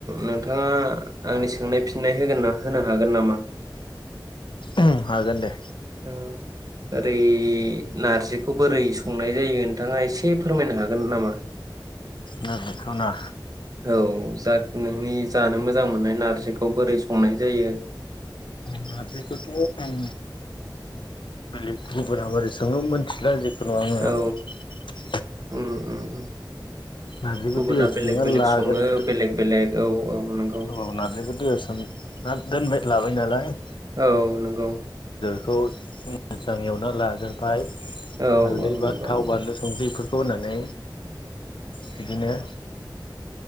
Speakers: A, on the right (about 45°); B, on the left (about 75°).
A: नोंथाङा आंनि सोंनाय फिननाय होगोन ना होनो हागोन नामा?
B: ओं हागोन दे।
A: ओ ओरै नारजिखौ बोरै संनाय जायो नोंथाङा एसे फोरमायनो हागोन नामा?
B: नारजिखोना?
A: औ जा नोंनि जानो मोजां मोननाय नारजिखौ बोरै संनाय जायो?
B: नारजिखौथ आं बेलेग गुबुराब <unintelligible> मोनथिला जे <unintelligible>
A: औ उम उम उम।
B: नारजिखो
A: गुबुना
B: दैयाव
A: बेलेग
B: सोमना
A: बेलेग
B: लागोद
A: सङो
B: दो
A: बेलेग बेलेग औ। औ नंगौ
B: औ नारजिखौ दैयाव सोम ओन दोनबाय लाबाय। होनालाय
A: औ नंगौ।
B: औ ओम मोजां एवना लाग्रोबाय।
A: औ
B: हाल्दै
A: औ
B: बा
A: नंगौ
B: थाव
A: नंगौ
B: बानलु संख्रै <unintelligible> खौ होनानै बिदिनो